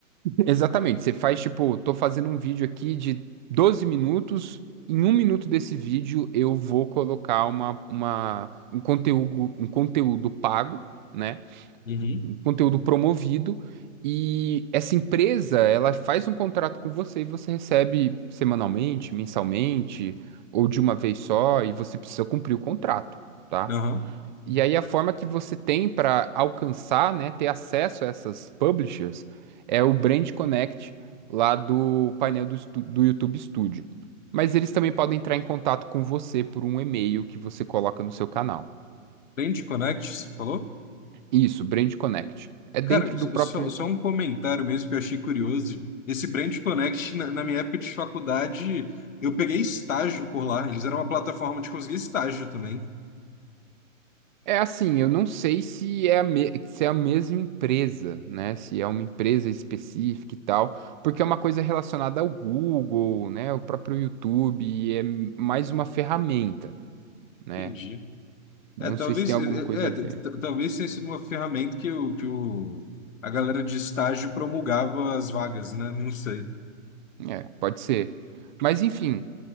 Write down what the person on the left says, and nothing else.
Uhum.
Aham.
Brand Connect, você falou?
Cara, s-
só,
só um comentário mesmo que eu achei curioso. Esse Brand Connect, na, na minha época de faculdade, eu peguei estágio por lá. Eles eram uma plataforma de conseguir estágio também.
Entendi.
É, talvez,
é,
é, é,
t-
t- talvez tenha sido uma ferramenta que, o, que o, a galera de estágio promulgava as vagas, né? Não sei.